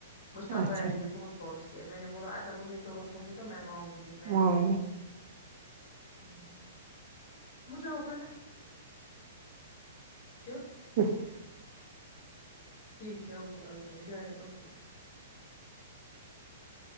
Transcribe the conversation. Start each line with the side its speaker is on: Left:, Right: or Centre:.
Left: مشتاق
Right: اچھا
Left: بیانی بھی بہت فورس کیے میں نے بولا اگر مجھے ضرورت ہونگی تو میں مانگوں گی میں
Right: ہاں
Left: نہیں لوں گی ہوں مجھے ہوگئے نا کیوں
Right: <inaudible>
Left: ٹھیک ہے اوکے اوکے جائے اوکے